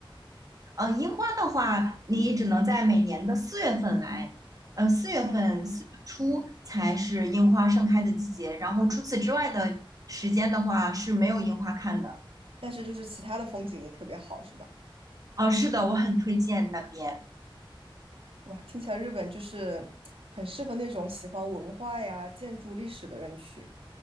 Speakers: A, on the right; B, on the right.
A: 呃，樱花的话，你只能在每年的四月份来，呃，四月份四月初才是樱花盛开的季节，
B: 嗯，
A: 然后除此之外的时间的话是没有樱花看的。
B: 但是就是其他的风景也特别好，是吧？
A: 哦，是的，我很推荐那边。
B: 哇，听起来日本就是很适合那种喜欢文化呀、建筑历史的人去。